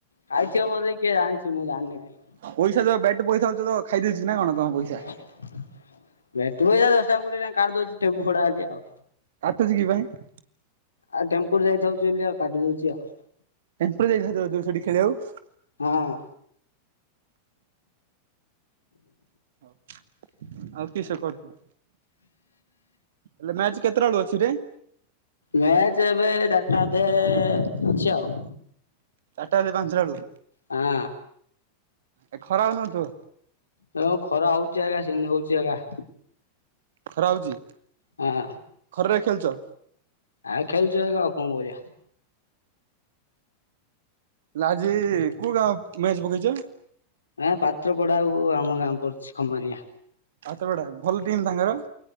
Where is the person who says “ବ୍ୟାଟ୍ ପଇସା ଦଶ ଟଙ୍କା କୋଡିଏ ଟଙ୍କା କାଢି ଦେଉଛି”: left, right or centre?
Left